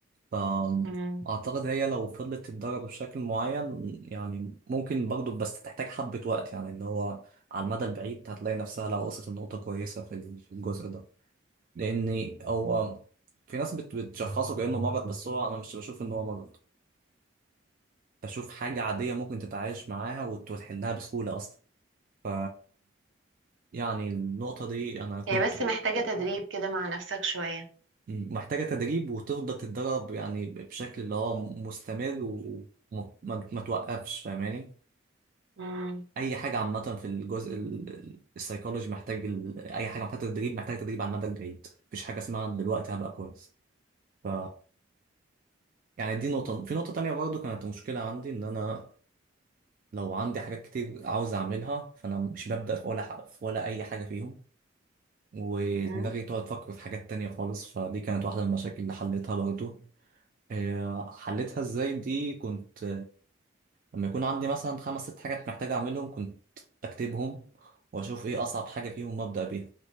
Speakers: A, on the right (about 45°); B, on the right (about 75°).
A: فأعتقد
B: مم.
A: هي لو فضلت تتدرب بشكل معين يعني ممكن برضو بس تحتاج حبة وقت يعني اللي هو على المدى البعيد هتلاقي نفسها لو وصلت لنقطة كويسة في ال- في الجزء ده لأن هو
B: مم.
A: في ناس بت- بتشخصه كأنه مرض بس هو أنا مش بشوف إن هو مرض بشوف حاجة عادية ممكن تتعايش معاها وت- وتحلها بسهولة أصلا ف يعني النقطة دي أنا كنت
B: هي بس محتاجة تدريب كده مع نفسك شوية
A: محتاجة تدريب وتفضل تتدرب يعني بشكل اللي هو مستمر و- وما ما ما توقفش فاهماني
B: مم.
A: اي حاجه عامه في الجزء ال- ال- السيكولوجي محتاج ال... اي حاجه محتاجه تدريب محتاجه تدريب على المدى البعيد مفيش حاجه اسمها دلوقتي هبقى كويس ف يعني دي نقطه في نقطه تانية برضو كانت مشكله عندي ان انا لو عندي حاجات كتير عاوز اعملها فانا مش ببدا في ولا حق في ولا اي حاجه فيهم ودماغي
B: مم.
A: تقعد تفكر في حاجات تانية خالص فدي كانت واحده من المشاكل اللي حليتها برضو آه، حليتها ازاي دي كنت لما يكون عندي مثلا خمس ست حاجات محتاج اعملهم كنت اكتبهم واشوف ايه اصعب حاجة فيهم وابدأ بيها